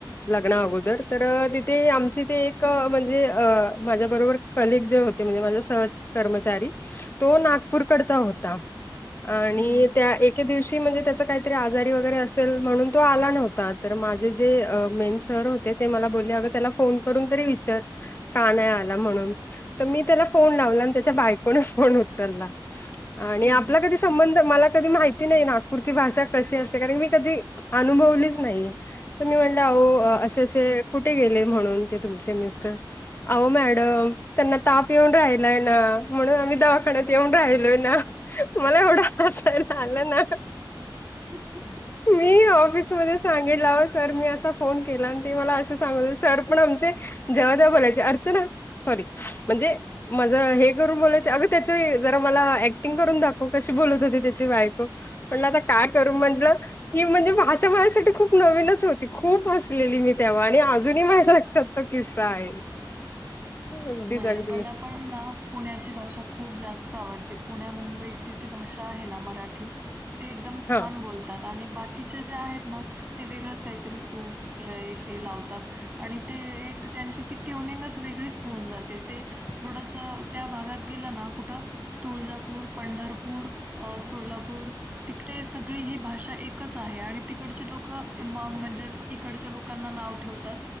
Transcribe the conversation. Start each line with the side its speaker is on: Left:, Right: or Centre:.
Left: लग्ना अगोदर तर तिथे
Right: हं,
Left: आमची
Right: हं.
Left: ते एक म्हणजे अ माझ्या बरोबर कलिग जे होते म्हणजे माझ्या सह कर्मचारी तो नागपूरकडचा होता आणि
Right: हं, हं.
Left: त्या एक के दिवशी म्हणजे त्याचा काहीतरी आजारी वगैरे असेल म्हणून तो आला नव्हता तर माझे जे अ मेन सर हो ते त्या मला बोलले अगं फोन करून तरी विचार का नाही आला म्हणून तर मी त्याला फोन लावला आणि त्याच्या बायकोने फोन उचलला आणि
Right: हं,
Left: आपला कधी संबंध मला कधी माहिती नाही नागपूरची भाषा कशी असते कारण मी कधी अनुभवलीच नाहीये. तर मी म्हटलं ओ
Right: हं.
Left: अशे अशे कुठे गेले म्हणून ते तुमचे मिस्टर अहो मॅडम त्यांना ताप येऊन राहिलाय ना म्हणून आम्ही दवाखान्यात येऊन राहिलोय ना. मला एवढं हसायला आलं ना.
Right: <inaudible>
Left: मी ऑफिसमध्ये सांगितला हो सर मी असा फोन केला आणि ते मला असे सांगले सर पण आमचे जेव्हा तेव्हा बोलायचे अर्चना सॉरी म्हणजे माझं हे करून बोलायचे अगं त्याचे जरा मला ऍक्टिंग करून दाखव कशी बोलत होती त्याची बायको म्हणला आता काय करू म्हटलं की म्हणजे भाषा माझ्यासाठी खूप नवीनच होती खूप हस लेली मी तेव्हा आणि अजूनही माझा लक्षात तो किस्सा आहे. अगदीच
Right: नाही
Left: अगदी
Right: मला पण ना पुण्याची भाषा खूप जास्त आवडते पुण्या मुंबईची जी भाषा आहे ना मराठी ते एकदम छान
Left: हा
Right: बोल तात आणि बाकीचे जे आहेत ना ते वेगळंच काहीतरी सूर लय ते लावतात. आणि ते एक त्यांची ती ट्युनिंगच वेगळीच होऊन जाते ते थोडसा त्या भागात गेलं ना कुठं तुळजापूर, पंढरपूर अ सोलापूर तिकडे सगळी ही भाषा एकच आहे आणि तिकडचे लोकं म म्हणजे इकडच्या लोकांना नाव ठेवतात